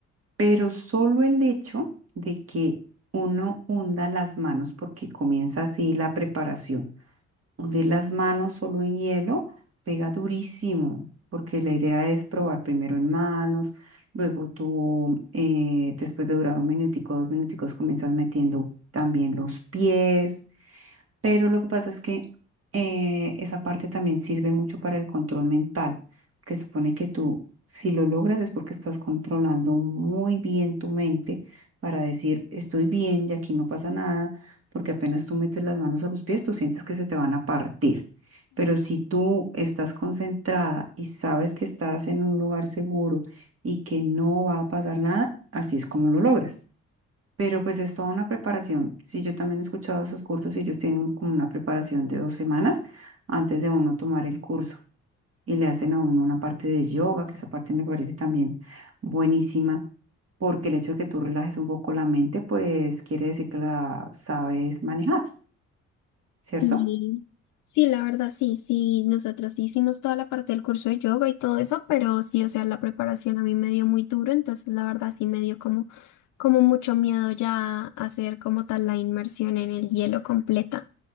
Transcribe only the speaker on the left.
Sí,
sí, la verdad sí, sí, nosotros sí hicimos toda la parte del curso de yoga y todo eso, pero sí, o sea, la preparación a mí me dio muy duro, entonces la verdad sí me dio como, como mucho miedo ya hacer como tal la inmersión en el hielo completa,